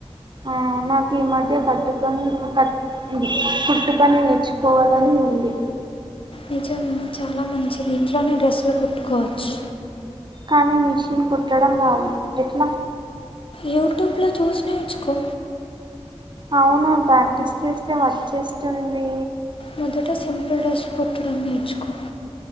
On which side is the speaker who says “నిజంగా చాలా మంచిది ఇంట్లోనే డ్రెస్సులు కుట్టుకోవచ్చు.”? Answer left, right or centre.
Left